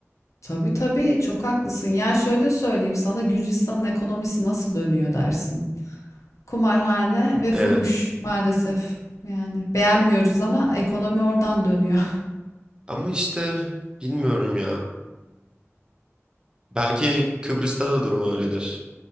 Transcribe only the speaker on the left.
tabii tabii çok haklısın. Ya şöyle söyleyeyim sana Gürcistan'ın ekonomisi nasıl dönüyor dersin. Kumarhane ve fuhuş
maalesef. Yani beğenmiyoruz ama ekonomi oradan dönüyor.